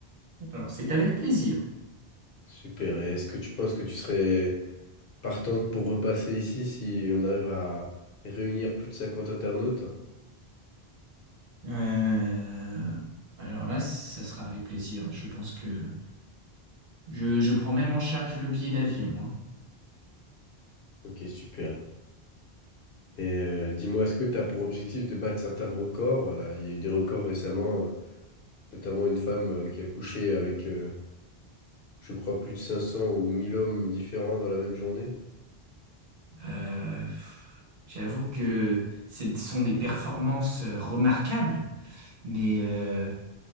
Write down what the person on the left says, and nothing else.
Super. Et est-ce que tu penses que tu serais partante pour repasser ici si on arrive à réunir plus de 50 internautes?
Ok, super. Et euh, dis-moi, est-ce que tu as pour objectif de battre certains records? Voilà, il y a eu des records récemment, euh, notamment une femme euh, qui a couché avec, euh, je crois, plus de 500 ou 1000 hommes différents dans la même journée.